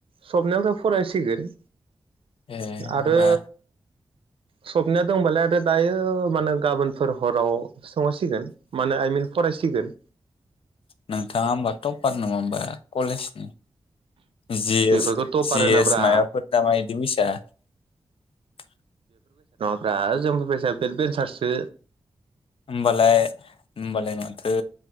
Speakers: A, on the right (about 75°); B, on the left (about 75°).
A: सबनायाफ्राव फरायसिगोन।
B: ए होमबा
A: आरो सबनाया दंबालाय आरो दायो ओ मा ओनो गाबोनफोर हराव सोंहरसिगोन मा ओनो आइ मिन फरायसिगोन।
B: नोंथाङा होमबा टपार न होमबा कलेजनि जि
A: बेफोरखौ
B: एस
A: टपार
B: जि
A: होनाब्रा
B: एस मायबाफोर दामा <unintelligible>
A: ब्रा जों बायसाया बेक बेन्सारसो
B: होमबालाय होमबालाय माथो